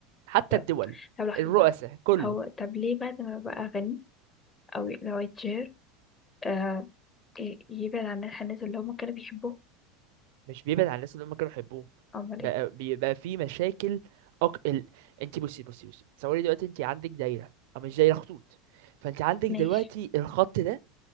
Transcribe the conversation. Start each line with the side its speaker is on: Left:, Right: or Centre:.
Right: حتى
Left: طب
Right: الدول
Left: طب لحظة
Right: الرؤساء
Left: بقى
Right: كله
Left: هو طب ليه بعد ما بقى غني او لو اتشهر آه ي- يبعد عن الناس الناس اللي هم كانوا بيحبوه
Right: مش بيبعد عن الناس اللي هم كانوا يحبوه
Left: امال
Right: بقى
Left: ايه
Right: بيبقى في مشاكل أك... ال... انت بصي بصي بصي تصوري دلوقتي انت عندك دايره او مش دايره خطوط فانت عندك
Left: ماشي
Right: دلوقتي الخط ده